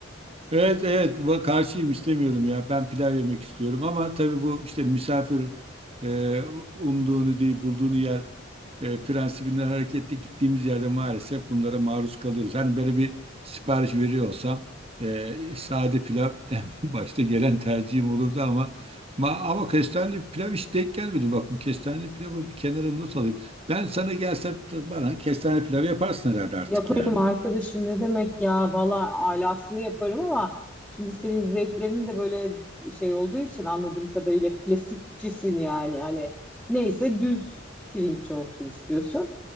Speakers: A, on the right; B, in the centre.
A: evet evet bu karşıyım istemiyorum ya. Ben pilav yemek istiyorum ama tabii bu işte misafir e, umduğunu değil bulduğunu yer e, prensibinden hareketle gittiğimiz yerde maalesef bunlara maruz kalıyoruz. Hani böyle bir sipariş veriyor olsam e, sade pilav <laughs> en başta gelen tercihim olurdu ama ma, ama kestaneli pilav hiç denk gelmedi. Bak bu kestaneli pilavı bir kenara not alayım. Ben sana gelsem bana kestane pilavı yaparsın herhalde artık
B: Yaparım
A: yani.
B: arkadaşım ne demek ya valla alasını yaparım ama şimdi senin zevklerin de böyle şey olduğu için anladığım kadarıyla klasikçisin yani hani neyse düz pirinç olsun istiyorsun.